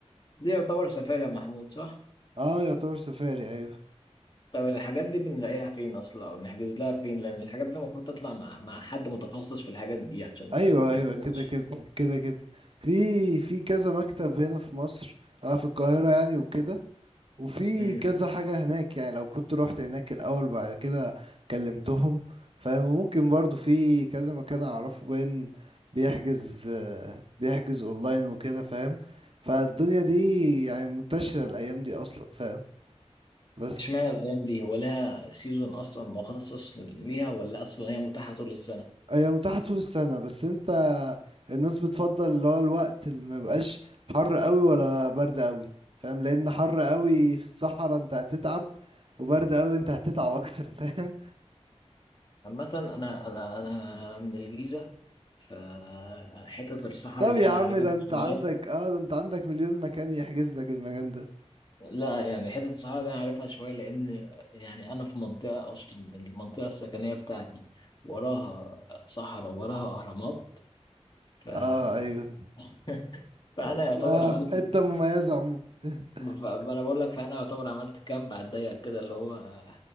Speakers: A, on the left; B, on the right.
A: ده يعتبر سفاري يا محمود صح؟
B: اه يعتبر سفاري ايوه
A: طب الحاجات دي بنلاقيها فين اصلا او بنحجز لها فين لان الحاجات دي المفروض تطلع مع مع حد متخصص في الحاجات دي عشان
B: ايوه
A: ما
B: ايوه
A: تطلعش
B: كده كده كده كده في في كذا مكتب هنا في مصر انا في القاهرة يعني وكده وفي
A: امم
B: كذا حاجة هناك يعني لو كنت رحت هناك الأول بعد كده كلمتهم فاهم وممكن برضو في كذا مكان أعرفه باين بيحجز آه، بيحجز أونلاين وكده فاهم فالدنيا دي يعني منتشرة الأيام دي أصلا فاهم بس
A: اشمعنى الايام دي هو لها سيزون اصلا مخصص ليها ولا اصلا هي متاحه طول السنه
B: هي متاحة طول السنة بس انت الناس بتفضل اللي هو الوقت اللي ما يبقاش حر قوي ولا برد قوي فاهم لأن حر قوي في الصحراء انت هتتعب وبرد قوي انت هتتعب أكتر <laughs> فاهم
A: عامه انا انا انا من الجيزه فحته الصحراء
B: طب
A: دي
B: يا
A: انا
B: عم
A: عارفها
B: ده انت
A: شويه
B: عندك اه ده انت عندك مليون مكان يحجز لك المكان ده
A: لا يعني حته الصحراء دي انا عارفها شويه لان يعني انا في منطقه اصلا المنطقه السكنيه بتاعتي وراها صحراء وراها اهرامات ف
B: اه ايوه
A: <laughs> فانا
B: ده
A: يعتبر عملت
B: في حتة مميزة عموما <laughs>
A: ف- انا بقول لك فانا يعتبر عملت كامب على الضيق كده اللي هو